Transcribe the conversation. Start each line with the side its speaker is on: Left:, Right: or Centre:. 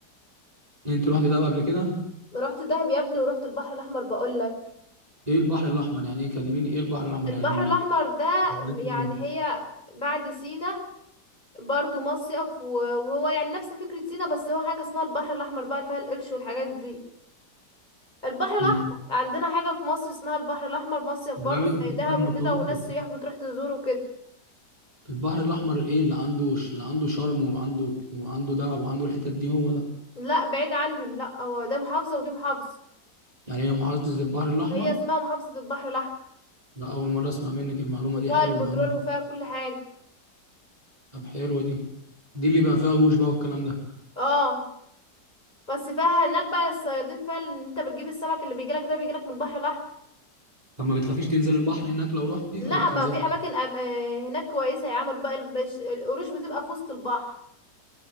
Right: انت رحتي دهب قبل كده
Left: رحت دهب يا ابني ورحت البحر الاحمر بقول لك
Right: ايه البحر الاحمر يعني ايه كلميني ايه البحر الاحمر
Left: البحر
Right: يعني
Left: الاحمر ده
Right: <laughs>
Left: يعني هي بعد سينا برضو مصيف و- وهو يعني نفس فكرة سينا بس هو حاجة اسمها البحر الأحمر بقى اللي فيها القرش والحاجات دي البحر الأحمر
Right: مم.
Left: عندنا حاجة في مصر اسمها البحر الأحمر مصيف
Right: بعد
Left: برضو
Right: بعد
Left: زي دهب
Right: المتوسط
Left: وكده وناس سياح بتروح تزور وكده
Right: البحر الاحمر ايه اللي عنده ش- اللي عنده شرم وعنده وعنده دهب وعنده الحتت دي هو ده
Left: لا بعيد عنهم لا هو ده محافظة ودي محافظة
Right: يعني هي محافظه البحر الاحمر
Left: هي اسمها محافظة البحر الأحمر
Right: لا اول مره اسمع منك المعلومه
Left: وفيها
Right: دي حلوه
Left: البترول
Right: معلومه
Left: وفيها كل حاجة
Right: طب حلوه دي دي اللي بقى فيها قروش بقى والكلام ده
Left: اه بس فيها هناك بقى الصيادين فيها ان انت بتجيب السمك اللي بيجيلك ده بيجيلك من البحر الأحمر
Right: طب ما بتخافيش تنزل البحر هناك لو رحتي
Left: لا
Right: ولا بتنزلي
Left: ما في أماكن أم... آه، هناك كويسة يا عم الب... البش... القروش بتبقى في وسط البحر